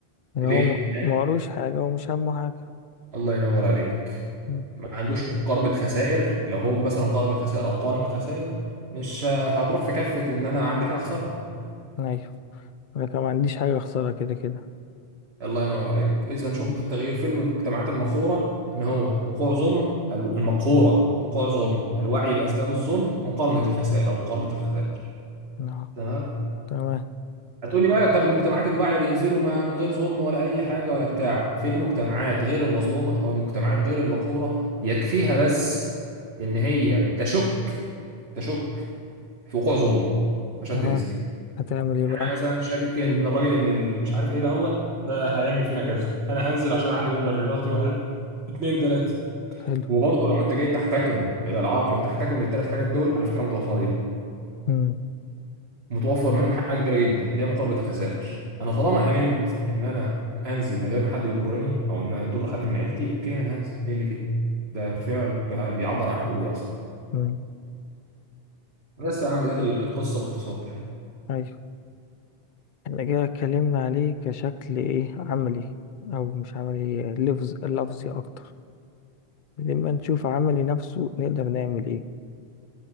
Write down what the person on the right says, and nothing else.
ليه؟
لأن-
الله ينور عليك
ما عندوش مقاربة خسائر لو هو مثلا قارب الخسائر او قارن الخسائر مش آه، هتروح في كفة ان انا عندي حاجة اخسرها
الله ينور عليك إذا شروط
التغيير في المجتمعات المقهورة إن هو وقوع ظلم الو- المقهورة وقوع ظلم الوعي بأسباب الظلم مقارنة الخسائر أو مقاربة الخسائر
تمام
هتقولي بقى طب المجتمعات الواعية بينزلوا ما من غير ظلم ولا أي حاجة ولا بتاع في المجتمعات غير المظلومة أو المجتمعات غير المقهورة يكفيها بس إن هي تشك تشك في وقوع ظلم عشان
تنزل
يعني
انا مثلا شاكك ان الراجل ابن ال- مش عارف ايه ده هو ده هيعمل فينا كذا انا هنزل عشان عندي مبرراتي واحد اتنين تلاته
وبرضه لو انت جيت تحتكم الى العقل وتحتكم للثلاث حاجات دول على فكره متوفرين
متوفر منهم حاجه كبيره جدا اللي هي مقاربه الخسائر انا طالما امنت ان انا انزل من غير ما حد يضرني او ان يضر حد من عيلتي اوكي ما انا هنزل ايه اللي فيه ده فعل بيعبر عن حقوقي اصلا
بس يا عم ديت القصه باختصار